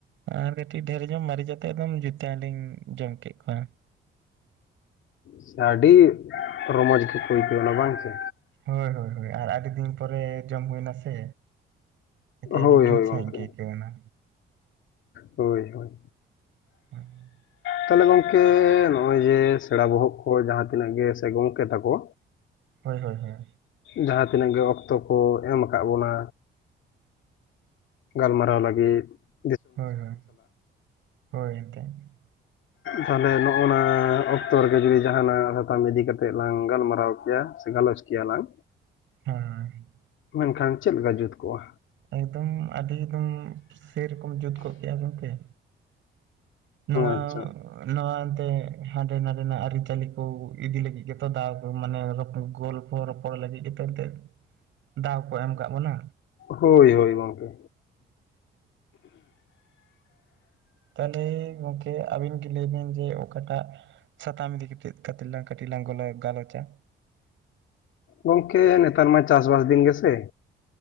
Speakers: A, on the right (about 75°); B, on the left (about 75°).
A: ᱟᱨ ᱠᱟᱹᱴᱤᱡ ᱰᱷᱮᱨ ᱧᱚᱜ ᱢᱟᱨᱤᱪ ᱟᱛᱮᱛ ᱟᱫᱚᱢ ᱡᱩᱛᱟ ᱞᱤᱧ ᱡᱚᱢ ᱠᱮᱫ ᱠᱚᱣᱟ᱾
B: ᱥᱮ ᱟᱹᱰᱤ ᱨᱚᱢᱚᱡᱽ ᱜᱮᱠᱚ ᱟᱹᱭᱠᱟᱹᱣ ᱮᱱᱟ ᱵᱟᱝ ᱥᱮ?
A: ᱦᱳᱭ ᱦᱳᱭ᱾ ᱟᱨ ᱟᱹᱰᱤ ᱫᱤᱱ ᱯᱚᱨᱮ ᱡᱚᱢ ᱦᱩᱭᱱᱟ ᱥᱮ᱾ ᱟᱹᱰᱤ
B: ᱦᱳᱭ
A: ᱡᱩᱛ
B: ᱦᱳᱭ
A: ᱥᱟᱹᱦᱤᱫ
B: ᱜᱚᱝᱠᱮ
A: ᱜᱮ ᱟᱹᱭᱠᱟᱹᱣ ᱱᱟ᱾
B: ᱦᱳᱭ ᱦᱳᱭ,
A: <unintelligible>
B: ᱛᱟᱦᱚᱞᱮ ᱜᱚᱢᱠᱮ ᱱᱚᱜᱼᱚᱭ ᱡᱮ ᱥᱮᱬᱟ ᱵᱚᱦᱚᱜ ᱠᱚ ᱡᱟᱦᱟᱸ ᱛᱤᱱᱟᱹᱜ ᱜᱮ ᱥᱮ ᱜᱚᱢᱠᱮ ᱛᱟᱠᱚ
A: ᱦᱳᱭ ᱦᱳᱭ ᱦᱳ᱾
B: ᱡᱟᱦᱟᱸ ᱛᱤᱱᱟᱹᱜ ᱜᱮ ᱚᱠᱛᱚ ᱠᱚ ᱮᱢ ᱟᱠᱟᱫ ᱵᱚᱱᱟ ᱜᱟᱞᱢᱟᱨᱟᱣ ᱞᱟᱹᱜᱤᱫ ᱾
A: ᱦᱳᱭ ᱦᱳᱭ, ᱦᱳᱭ ᱮᱱᱛᱮᱫ ᱾
B: ᱛᱟᱦᱚᱞᱮ ᱱᱚᱜᱼᱚ ᱱᱟ ᱚᱠᱛᱚ ᱨᱮᱜᱮ ᱡᱩᱫᱤ ᱡᱟᱦᱟᱱᱟᱜ ᱥᱟᱛᱟᱢ ᱤᱫᱤ ᱠᱟᱛᱮ ᱞᱟᱝ ᱜᱟᱞᱢᱟᱨᱟᱣ ᱠᱮᱭᱟ ᱥᱮ ᱜᱟᱞᱚᱪ ᱠᱮᱭᱟ ᱜᱮᱭᱟ ᱞᱟᱝ᱾
A: ᱦᱮᱸ᱾
B: ᱢᱮᱱᱠᱷᱟᱱ ᱪᱮᱫ ᱞᱮᱠᱟ ᱡᱩᱛ ᱠᱚᱜᱼᱟ?
A: ᱮᱠᱫᱚᱢ ᱟᱹᱰᱤ ᱮᱠᱫᱚᱢ ᱥᱮᱨᱚᱠᱚᱢ ᱡᱩᱛ ᱠᱚᱜ ᱠᱮᱭᱟ ᱜᱚᱝᱠᱮ᱾ ᱱᱚᱣᱟ
B: ᱟᱪᱪᱷᱟ
A: ᱱᱚᱣᱟ ᱮᱱᱛᱮ ᱦᱟᱸᱰᱮ ᱱᱟᱰᱮᱱᱟᱜ ᱟᱹᱨᱤᱪᱟᱹᱞᱤ ᱠᱚ ᱤᱫᱤ ᱞᱟᱹᱜᱤᱫ ᱜᱮᱛᱚ ᱫᱟᱜ ᱢᱟᱱᱮᱚ ᱜᱳᱞ ᱨᱚ ᱨᱚᱯᱚᱲ ᱞᱟᱹᱜᱤᱫ ᱜᱮᱛᱚ ᱮᱱᱛᱜ ᱫᱟᱣ ᱠᱚ ᱮᱢ ᱟᱠᱟᱫ ᱵᱚᱱᱟ᱾
B: ᱦᱳᱭ ᱦᱳᱭ ᱜᱚᱢᱠᱮ᱾
A: ᱛᱟᱦᱚᱞᱮ ᱜᱚᱝᱠᱮ ᱟᱵᱤᱱ ᱜᱮ ᱞᱟᱹᱭ ᱵᱤᱱ ᱡᱮ ᱚᱠᱟᱴᱟᱜ ᱥᱟᱛᱟᱢ ᱤᱫᱤ ᱛᱮᱛ ᱠᱟᱛᱮᱪ ᱠᱟᱹᱴᱞᱟᱝ ᱜᱟᱞᱚᱪᱟ?
B: ᱜᱚᱝᱠᱮ ᱱᱮᱛᱟᱨ ᱢᱟ ᱪᱟᱥᱵᱟᱥ ᱫᱤᱱ ᱜᱮ ᱥᱮ?